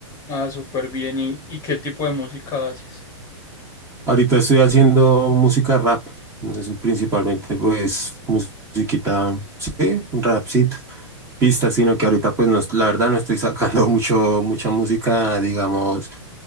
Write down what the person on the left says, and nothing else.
Ah, súper bien. ¿Y, y qué tipo de música haces?